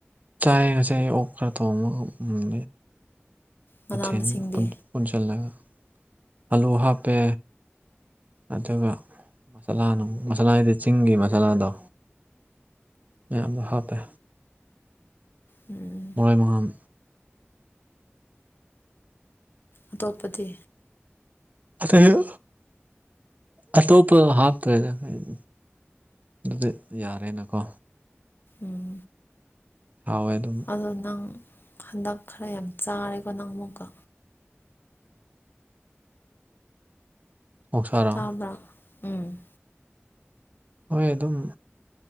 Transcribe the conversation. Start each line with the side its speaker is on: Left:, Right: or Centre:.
Right: ꯑꯩ ꯉꯁꯥꯏ ꯑꯣꯛ ꯈ꯭ꯔ ꯊꯣꯡꯕ ꯍꯧ ꯃꯨꯟ
Left: ꯃꯅꯥ
Right: ꯃꯊꯦꯟ
Left: ꯃꯁꯤꯡꯗꯤ
Right: ꯄꯨꯟ ꯄꯨꯟꯁꯜꯂꯒ ꯑꯂꯨ ꯍꯥꯞꯄꯦ ꯑꯗꯨꯒ ꯃꯁꯥꯂꯥ ꯅꯨꯡ ꯃꯁꯥꯂꯥ ꯍꯥꯏꯗꯤ ꯆꯤꯡꯒꯤ ꯃꯁꯥꯂꯥꯗꯣ ꯃꯌꯥꯝꯃꯥꯗꯣ ꯍꯥꯞꯄꯦ
Left: ꯎꯝ
Right: ꯃꯣꯏ ꯃꯍꯥꯝ
Left: ꯑꯇꯣꯞꯄꯗꯤ
Right: ꯑ ꯇꯩ ꯌꯣ ꯑꯇꯣꯞꯄ ꯍꯥꯞꯇ꯭ꯔꯦ ꯗ ꯀꯔꯤꯝ ꯑꯗꯨꯗꯤ ꯌꯥꯔꯦꯅꯀꯣ
Left: ꯎꯝ
Right: ꯍꯥꯎꯋꯦ ꯑꯗꯨꯝ
Left: ꯑꯗꯣ ꯅꯪ ꯍꯟꯗꯛ ꯈꯔ ꯌꯥꯝ ꯆꯥꯔꯦꯀꯣ ꯅꯪ ꯑꯃꯨꯛꯀ
Right: ꯑꯣꯛꯁꯥꯔꯥ
Left: ꯆꯥꯕ꯭ꯔꯥ ꯎꯝ
Right: ꯍꯣꯏ ꯑꯗꯨꯝ